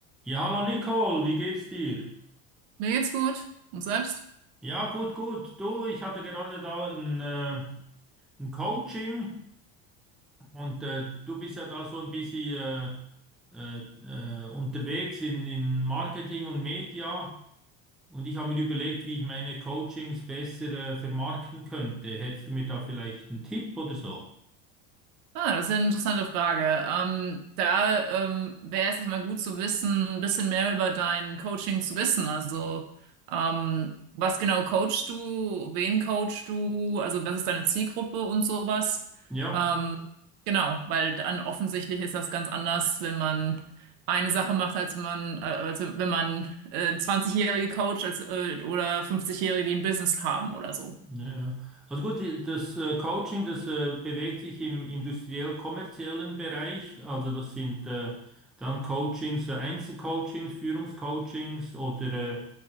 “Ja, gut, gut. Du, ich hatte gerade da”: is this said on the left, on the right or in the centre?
Centre